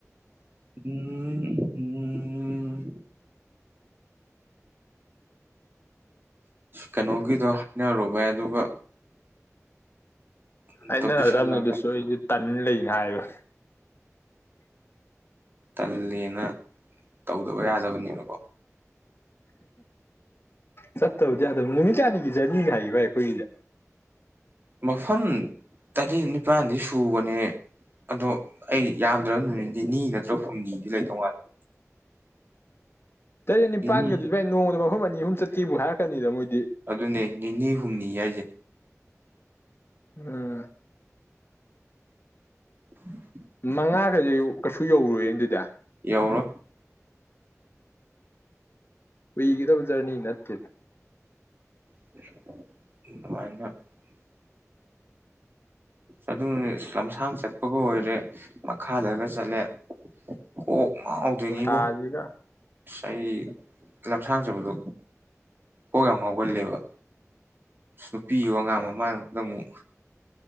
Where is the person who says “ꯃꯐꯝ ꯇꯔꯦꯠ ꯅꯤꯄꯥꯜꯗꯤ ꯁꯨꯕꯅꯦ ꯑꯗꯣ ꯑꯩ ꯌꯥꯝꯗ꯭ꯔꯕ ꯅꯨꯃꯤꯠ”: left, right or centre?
Right